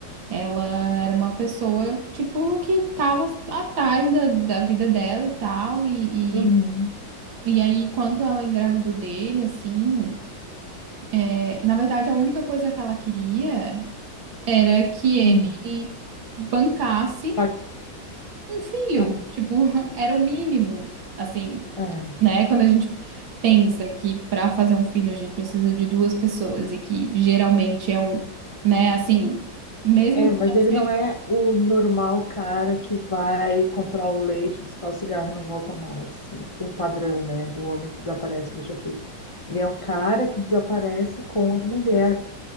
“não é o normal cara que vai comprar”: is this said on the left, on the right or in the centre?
Left